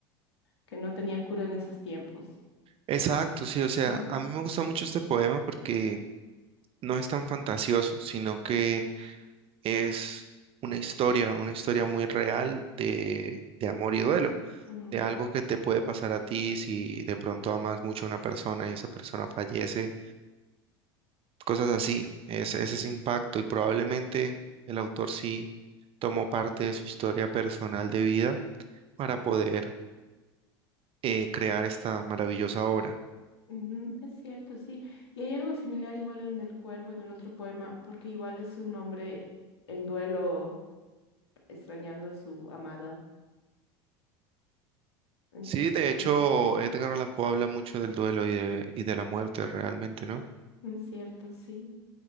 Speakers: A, on the left (about 80°); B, on the right (about 45°).
A: que no tenía cura en esos tiempos.
B: Exacto, sí, o sea,
A: Ujú,
B: a mí me gusta mucho este poema porque no es tan fantasioso, sino que es una historia, una historia muy real de, de amor y duelo,
A: ujú,
B: de algo que te puede pasar a ti si de pronto amas mucho a una persona y esa persona fallece, cosas así, es, es ese impacto y probablemente el autor sí tomó parte de su historia personal de vida para poder eh, crear esta maravillosa obra.
A: ujú, Es cierto, sí. Y hay algo similar igual en El Cuervo, en el otro poema, porque igual es un hombre en duelo, extrañando a su amada. Entonces,
B: Sí, de hecho,
A: sí,
B: Edgar Allan Poe habla mucho del duelo y de, y de la muerte realmente, ¿no?
A: es cierto, sí.